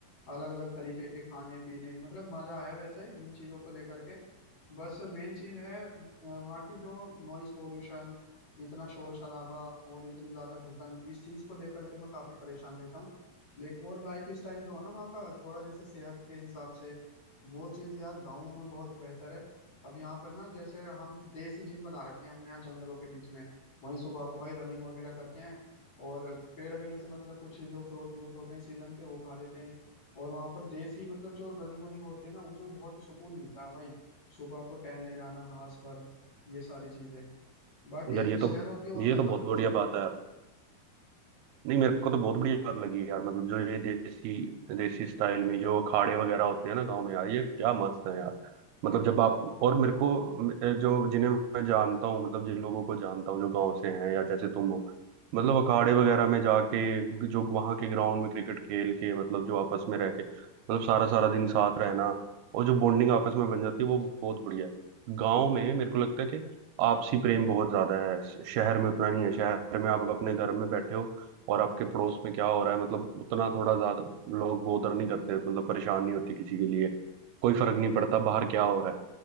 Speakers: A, on the left; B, on the right.
A: अलग अलग तरीके के खाने पीने मतलब मजा है वैसे इन चीजों को लेकर के बस मेन चीज है अ, वहाँ की जो नॉइज पोल्यूशन इतना शोर शराबा और इतनी ज्यादा घुटन इस चीज को लेकर के मैं काफी परेशान रहता हूँ लेकिन और लाइफ स्टाइल जो है ना वहाँ का थोड़ा जैसे सेहत के हिसाब से वो चीज यार गाँवों में बहुत बेहतर है अब यहाँ पर ना जैसे हम देसी जिम बना रखे हैं हमने यहाँ जंगलों के बीच में वहीं सुबह को भाई रनिंग वगैरह करते हैं और पेड़ वेड़ से मतलब कुछ जो फ्रूट व्रूट होते हैं सीजन के वो खा लेते हैं और वहाँ पर देसी मतलब जो रनिंग वनिंग होती है ना उसमें बहुत ही सुकून मिलता है भाई सुबह को टहलने जाना घास पर ये सारी चीजें बाकी
B: यार ये
A: शहरों
B: तो
A: के और
B: ये तो
A: बताओ
B: बहुत
A: कुछ
B: बढ़िया बात है यार नहीं मेरे को तो बहुत बढ़िया बात लगी यार मतलब जो ये देसी देसी स्टाइल में जो अखाड़े वगैरह होते हैं ना गांव में यार ये क्या मस्त है यार मतलब जब आप और मेरे को म- जो जिन्हें मैं जानता हूँ मतलब जिन लोगों को जानता हूँ जो गांव से हैं या जैसे तुम हो मतलब अखाड़े वगैरह में जाके जो वहां के ग्राउंड में क्रिकेट खेल के मतलब जो आपस में रह के मतलब सारा सारा दिन साथ रहना और जो बॉन्डिंग आपस में बन जाती है वो बहुत बढ़िया है गाँव में मेरे को लगता है कि आपसी प्रेम बहुत ज्यादा है शहर में उतना नहीं है शहर में आप अपने घर में बैठे हो और आपके पड़ोस में क्या हो रहा है मतलब उतना थोड़ा ज्यादा लोग बोदर नहीं करते मतलब परेशान नहीं होती किसी के लिए कोई फर्क नहीं पड़ता बाहर क्या हो रहा है